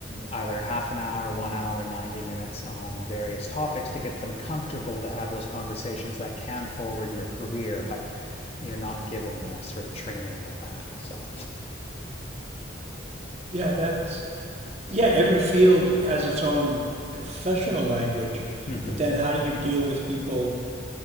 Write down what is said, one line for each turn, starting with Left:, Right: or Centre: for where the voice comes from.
Left: either half an hour, one hour, 90 minutes on various topics to get them comfortable to have those conversations that can forward your career, but you're not given the sort of training with that. So,
Right: Yeah, that's yeah. Every field has its own professional language,
Left: mm-hmm.
Right: but then how do you deal with people